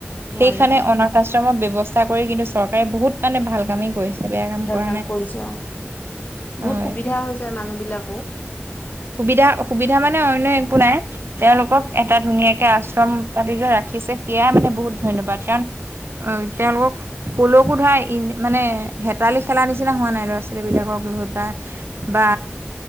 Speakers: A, on the left; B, on the right.
A: নোৱাৰে
B: সেইখানে
A: অ
B: অনাথ আশ্ৰমৰ ব্যৱস্থা কৰি কিন্তু চৰকাৰে বহুত মানে ভাল কামেই কৰিছে। বেয়া
A: ভাল
B: কৰা
A: কাম
B: নাই
A: কৰিছো অ, বহুত
B: হয়
A: সুবিধা হৈছে মানুহ বিলাকোৰো।
B: সুবিধা, সুবিধা মানে অন্য একো নাই তেওঁলোকক এটা ধুনীয়াকে আশ্ৰম পাতি যে ৰাখিছে সেয়াই মানে বহুত ধন্যবাদ কাৰণ তেওঁলোকক পোলকো ধৰা ই মানে হেতালি খেলা নিচিনা হোৱা নাই ল'ৰা-ছোৱালী বিলাকক লৈ পেলাই বা